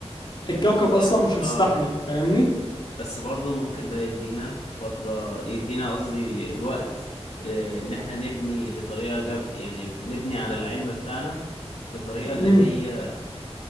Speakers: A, on the left; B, on the left.
A: الكوكب اصلا
B: الم...
A: مش
B: اه
A: هتستحمل فاهمني
B: بس برضه ممكن ده يدينا فترة يدينا قصدي الوقت آه، ان احنا نبني بطريقة جب... يعني نبني على العلم بتاعنا بطريقة اللي
A: امم
B: هي